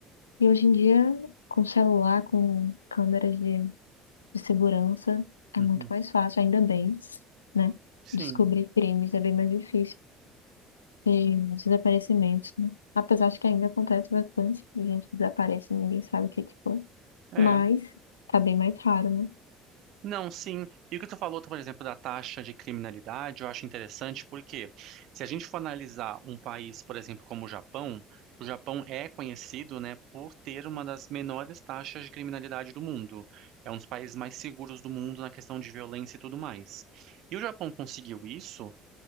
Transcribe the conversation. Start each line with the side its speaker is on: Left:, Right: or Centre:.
Left: E hoje em dia, com celular, com câmeras de, de segurança, é
Right: uhum,
Left: muito mais fácil, ainda bem, né?
Right: sim.
Left: Descobrir crimes é bem mais difícil. E desaparecimentos, né? Apesar de que ainda acontece bastante, a gente desaparece e ninguém sabe o que que foi.
Right: é.
Left: Mas tá bem mais raro, né?
Right: Não, sim. E o que tu falou, tu, por exemplo, da taxa de criminalidade, eu acho interessante porque se a gente for analisar um país, por exemplo, como o Japão, o Japão é conhecido, né, por ter uma das menores taxas de criminalidade do mundo. É um dos países mais seguros do mundo na questão de violência e tudo mais. E o Japão conseguiu isso